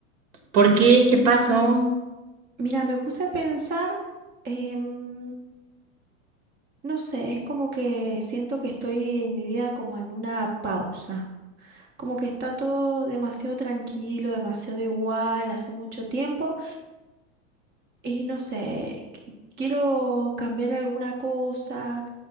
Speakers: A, on the right; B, on the right.
A: ¿Por qué? ¿Qué pasó?
B: Mira, me puse a pensar, em, no sé, es como que siento que estoy en mi vida como en una pausa. Como que está todo demasiado tranquilo, demasiado igual, hace mucho tiempo y no sé, qu- quiero cambiar alguna cosa